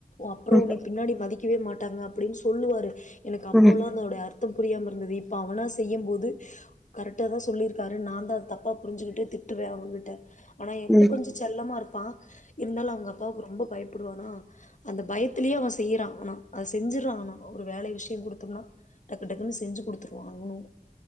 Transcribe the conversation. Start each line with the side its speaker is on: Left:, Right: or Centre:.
Left: அப்புறம்
Centre: ம்
Left: உன்னை பின்னாடி மதிக்கவேமாட் இவாங்க அப்படின்னு சொல்லுவாரு எனக்கு அப்போல்லாம்
Centre: ம்
Left: அதோடைய அர் புரியாம இருந்தது இப்ப அவனா செய்யும் போது து கரெக்ட்டா தான் சொல்லிருக்காரு நான் தான் அத தப்பா புரிஞ்சுகிட்டு திட்டுவேன் அவ கிட்ட ஆனா என்கிட்ட
Centre: ம்
Left: கொஞ்ச செல்லமா இருக் ப்பா இருந்தாலும் அவங்க அப்பாவுக்கு ரொம்ப பயப் ப்புடுவானா அந்த பயத்திலயே அவன் செய்யறான் ஆனா அத செஞ்சுறான்னா ஒரு வேலை விஷயம் குடுத்தோம்னா டக்கு டக்குன்னு செஞ்சு குடுத்துருவான் அவனும்